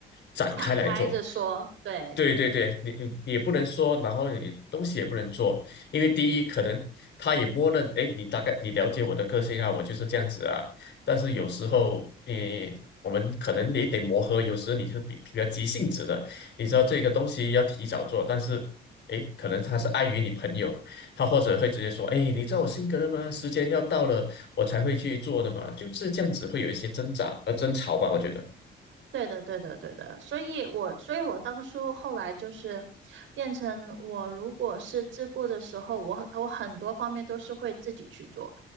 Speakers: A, on the left; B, on the right.
A: 展开来做。
B: <laughs> 敞开着说，对。
A: 对对对，你你也不能说，然后你东西也不能做，因为第一，可能他也默认，哎，你大概你了解我的个性啊，我就是这样子啊。但是有时候，你我们可能也得磨合，有时候你是比比较急性子的，你知道这个东西要提早做，但是。诶，可能他是碍于你朋友，他或者会直接说，诶，你知道我性格的吗？时间要到了，我才会去做的嘛，就是这样子会有一些挣扎呃争吵吧，我觉得。
B: 对的，对的，对的，所以我，所以我当初后来就是变成我，如果是自顾的时候，我很我很多方面都是会自己去做，